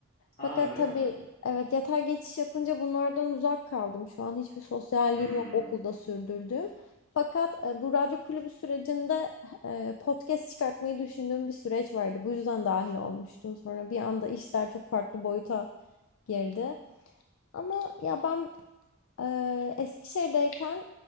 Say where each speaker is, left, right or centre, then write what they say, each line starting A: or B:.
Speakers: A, on the left; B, on the left.
A: Aa
B: Fakat
A: öyle
B: tabii
A: mi?
B: evet yatay geçiş yapınca bunlardan uzak kaldım. Şu an hiçbir sosyalliğim
A: Hmm,
B: yok okulda sürdürdüğüm. Fakat e, bu radyo kulübü sürecinde e, podcast çıkartmayı düşündüğüm bir süreç vardı. Bu yüzden dahil olmuştum. Sonra bir anda işler çok farklı boyuta girdi. Ama ya ben ee, Eskişehir'deyken